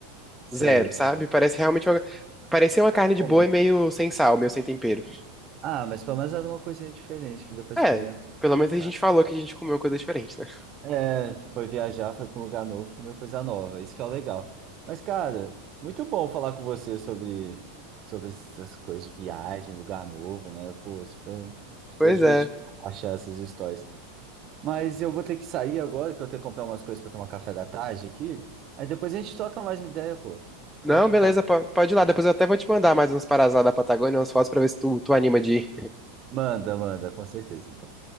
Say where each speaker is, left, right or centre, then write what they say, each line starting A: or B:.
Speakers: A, on the right; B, in the centre.
A: sei,
B: zero,
A: pode.
B: sabe? Parece realmente uma... Parecia uma carne de
A: Pô,
B: boi
A: mas...
B: meio sem sal, meio sem tempero.
A: Ah, mas pelo menos era uma coisinha diferente que deu pra experimentar,
B: É, pelo menos a
A: cara.
B: gente falou que a gente comeu coisa diferente, né?
A: É, foi viajar, foi para um lugar novo, comeu coisa nova, isso que é o legal. Mas, cara, muito bom falar com você sobre, sobre essas coisas de viagem, lugar novo, né? Pô, super, super
B: Pois
A: divertido
B: é.
A: achar essas histórias. Mas eu vou ter que sair agora, que eu tenho que comprar umas coisas para tomar café da tarde aqui. Aí depois a gente troca mais uma ideia, pô. Foi
B: Não,
A: ótimo
B: beleza,
A: falar.
B: po- pode ir lá. Depois eu até vou te mandar mais umas paradas lá da Patagônia, umas fotos pra ver se tu, tu anima de ir. <laughs>
A: Manda, manda, com certeza, então.